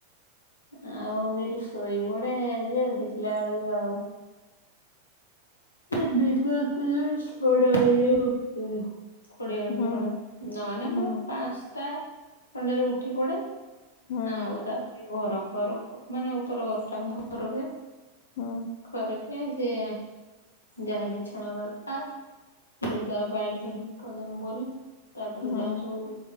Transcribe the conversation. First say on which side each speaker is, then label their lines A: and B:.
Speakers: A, on the left (about 75°); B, on the left (about 50°).
A: ଆଉ ମୁଁ କହିଲି ଶୋଇ ପଡେ ଯେ ଦେଖିଲା ବେଳକୁ ଆଉ ସେ ଦିପୁ ଆସିଲାଣି ଛଅଟା ବାଜିକୁ ଉଠେ। କୋଡିଏ ମିନିଟ
B: ହୁଁ
A: ଖଣ୍ଡେ ନହନେ
B: ହୁଁ
A: ମୁଁ ପାଞ୍ଚଟା ଖଣ୍ଡରେ ଉଠି ପଡେ।
B: ହୁଁ
A: ଆଉ ତାପରେ ଘର ଘର ମାନେ ଉପର ଘର ଟା ମୋ ଘର ଯେ
B: ହୁଁ
A: ଘରଯେ ଯେ ଯାହା ବିଛଣା ଦରକାର ଲୁଗା ବାଲ୍ଟି ଧୁପ ଦେବି ବୋଲି ତାପରେ
B: ହୁଁ
A: ଯାହା ସବୁ